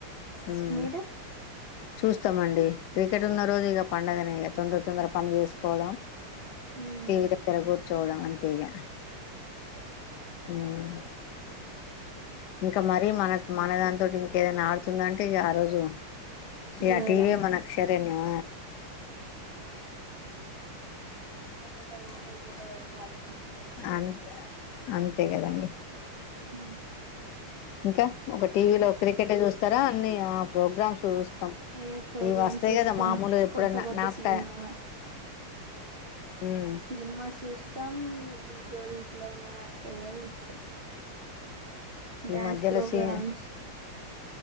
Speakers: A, on the left (about 80°); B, on the right (about 45°).
A: ఉమ్
B: మీరు
A: చూస్తామండి క్రికెట్ ఉన్న రోజు ఇక పంండగనేక తొందర తొందర పని చేస్త కోడం
B: ఉమ్
A: టీవీ దగ్గర కూర్చోవడం అంతే అంతే ఇగా ఉహు ఇంకా మరీ మన మనదానింతోటి ఇంకా ఏదైనా ఆడుతుందంటే ఇగా ఆ రోజు
B: చూడడమే
A: ఆ టీవీ మనకు శరణ్యం
B: ఉంటది మనది గెలవాలి గాని వాళ్ళ
A: అంత అంతే కదండి
B: హు
A: ఇంకా ఒక టీవీలో క్రికెటే చూస్తారా అన్ని ప్రోగ్రామ్స్ చూస్తాం
B: ఏ ప్రోగ్రామ్
A: ఇవి వస్తాయి
B: చూస్తాం
A: కదా మామూలు ఎప్పుడన్నా
B: కొత్త కొత్త
A: నాకు
B: సినిమా
A: టై హ్మ్.
B: సినిమా చూస్తాం ఢీ జోడి ఇట్లా ఏమైనా వస్తే కూడా చూస్తాం
A: ఈ
B: డాన్స్
A: మధ్యలో
B: ప్రోగ్రామ్స్
A: సి